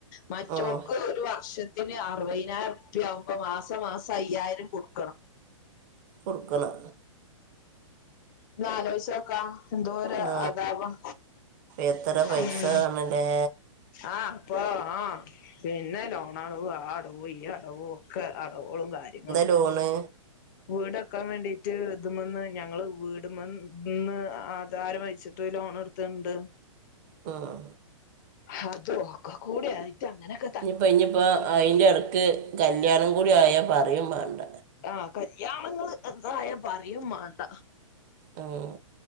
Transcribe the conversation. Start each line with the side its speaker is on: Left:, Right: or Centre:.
Left: മറ്റോർക്ക്
Right: ഉം
Left: ഒരു വർഷത്തിന് അറുവയ്നായിരം റുപ്യ ആവുമ്പോ മാസം മാസം അയ്യായിരം കൊടുക്കണം
Right: കൊടുക്കുല്ലാ
Left: ന്ന് ആലോയ് ച്ചോക്കാ എന്തോര
Right: ആ
Left: അതവാം
Right: എത്ര പൈസ
Left: ഉം
Right: ആണല്ലേ
Left: ആഹ് അപ്പൊ ആഹ് പിന്നെ ലോണടവും ആ അടവും ഈ അടവോ ക്കെ അടവോളും കാര്യങ്ങളും
Right: ടോണ്
Left: വീടെക്കാൻ വേണ്ടീട്ട് ഇത്‌മ്ന്ന് ഞങ്ങള് വീട്മിന്ന് ആധാരം വെച്ചിട്ട് ലോൺ എടു ത്ണ്ട്
Right: പാഹ്..
Left: ഹതു ഒക്കെ കൂടി ആയിട്ട് അങ്ങനെക്കെ
Right: ഞിപ്പോ ഇനിപ്പോ അതിൻ്റെ എടയ്ക്ക് കല്യാണം കൂടി ആയ പറയും വേണ്ട
Left: ആഹ് കല്യാണങ്ങള് എന്തായ പറയും വേണ്ട
Right: ഉം